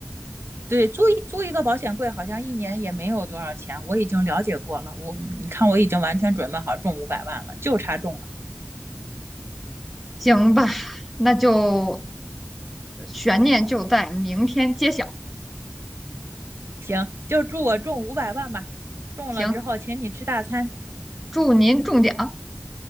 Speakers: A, on the right; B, in the centre.
A: 对，租一租一个保险柜，好像一年也没有多少钱。我已经了解过了，我你看我已经完全准备好中五百万了，就差中了。
B: 行吧，那就悬念就在明天揭晓。
A: 行，就祝我中五百万吧。中了之后，
B: 行，
A: 请你吃大餐，
B: 祝您中奖，